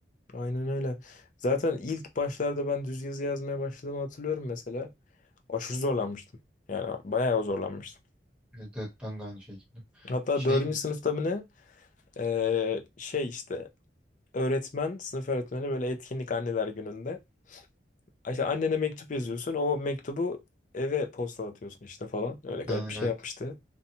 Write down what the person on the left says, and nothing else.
Aynen öyle. Zaten ilk başlarda ben düz yazı yazmaya başladığımı hatırlıyorum mesela. Aşırı zorlanmıştım. Yani bayağı zorlanmıştım.
Hatta
dördüncü sınıfta mı ne? Ee, şey işte öğretmen, sınıf öğretmeni böyle etkinlik anneler gününde. İşte annene mektup yazıyorsun. O mektubu eve postalatıyorsun işte falan. Öyle garip
bir
şey yapmıştı.